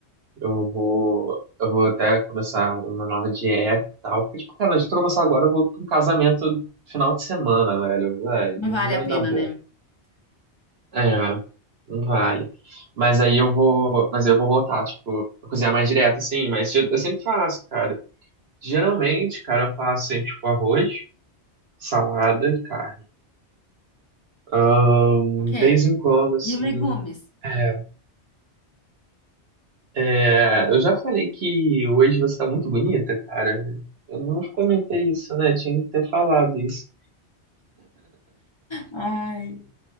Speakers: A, on the right (about 65°); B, on the left (about 30°).
A: eu vou. Eu vou até começar uma nova dieta e tal. Porque, tipo, cara, a gente começar agora, eu vou pra um casamento final de semana, velho. Velho,
B: Não vale
A: não vai
B: a pena,
A: dar bom.
B: né?
A: É, não vale. Mas aí eu vou, mas eu vou voltar, tipo, a cozinhar mais direto, assim, mas eu, eu sempre faço, cara. Geralmente, cara, eu faço sempre, tipo, arroz, salada e carne. Ahn,
B: Ok.
A: de vez em quando, assim,
B: E legumes?
A: é, é, eu já falei que hoje você tá muito bonita, cara. Eu não comentei isso, né? Tinha que ter falado isso.
B: Ai,